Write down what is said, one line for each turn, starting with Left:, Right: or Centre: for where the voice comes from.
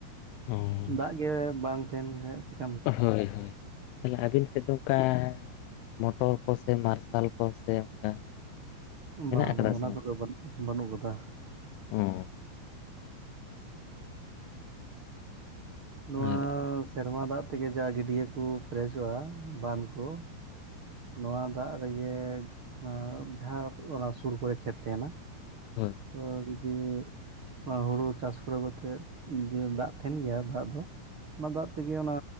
Left: ᱚ
Right: ᱫᱟᱜ ᱜᱮ ᱵᱟᱝ ᱛᱟᱦᱮᱱ ᱠᱷᱟᱱ
Left: ᱦᱳᱭ ᱦᱳᱭ ᱛᱟᱦᱞᱮ ᱟᱹᱵᱤᱱ ᱥᱮᱫ ᱫᱚ ᱚᱝᱠᱟ ᱢᱚᱴᱚᱨ ᱠᱚᱥᱮ ᱢᱟᱨᱥᱟᱞ ᱠᱚᱥᱮ ᱚᱱᱠᱟ ᱢᱮᱱᱟᱜ
Right: ᱵᱟᱝ
Left: ᱟᱠᱟᱫᱟ
Right: ᱵᱟᱝ ᱚᱱᱟ ᱠᱚᱫᱚ ᱵᱟᱹᱱ ᱵᱟᱹᱱᱩᱜ ᱟᱠᱟᱫᱟ
Left: ᱦᱩᱸ
Right: ᱱᱚᱣᱟ
Left: ᱟᱨ
Right: ᱥᱮᱨᱢᱟ ᱫᱟᱜ ᱛᱮᱜᱮ ᱡᱟ ᱜᱤᱰᱭᱟᱹ ᱠᱚ ᱯᱮᱨᱮᱪᱚᱜᱼᱟ ᱵᱟᱸᱫᱷ ᱠᱚ ᱱᱚᱣᱟ ᱫᱟᱜ ᱨᱮᱜᱮ ᱡᱟᱦᱟᱸ ᱚᱱᱟ ᱥᱩᱨ ᱠᱚᱨᱮ ᱠᱷᱮᱛ ᱛᱟᱦᱮᱱᱟ
Left: ᱦᱮᱸ
Right: ᱟᱨ ᱡᱮ ᱱᱚᱣᱟ ᱦᱩᱲᱩ ᱪᱟᱥ ᱯᱩᱨᱟᱹᱣ ᱠᱟᱛᱮᱜ ᱡᱮ ᱫᱟᱜ ᱛᱟᱦᱮᱱ ᱜᱮᱭᱟ ᱫᱟᱜ ᱫᱚ ᱚᱱᱟ ᱫᱟᱜ ᱛᱮᱜᱮ ᱚᱱᱟ